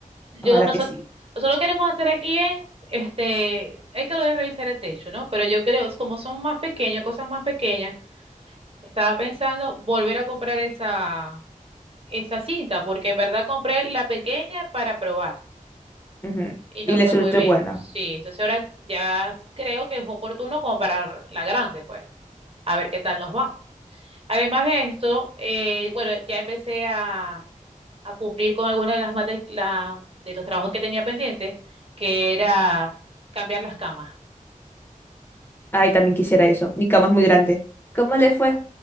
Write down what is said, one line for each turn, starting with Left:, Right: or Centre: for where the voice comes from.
Right: Yo
Left: Ojalá
Right: nosotros,
Left: que sí.
Right: nosotros lo que queremos hacer aquí es, este, hay que volver a revisar el techo, ¿no? Pero yo creo, como son más pequeños, cosas más pequeñas, estaba pensando volver a comprar esa, esa cinta, porque en verdad compré la pequeña para probar
Left: Ujú.
Right: y
Left: Y
Right: no
Left: le
Right: fue
Left: suelto
Right: muy bien.
Left: buena.
Right: Sí, entonces ahora ya creo que es oportuno comprar la grande, pues, a ver qué tal nos va. Además de esto, eh, bueno, ya empecé a a cumplir con alguna de las mate- de los trabajos que tenía pendientes, que era cambiar las camas.
Left: Ay, también quisiera eso. Mi cama es muy grande. ¿Cómo le fue?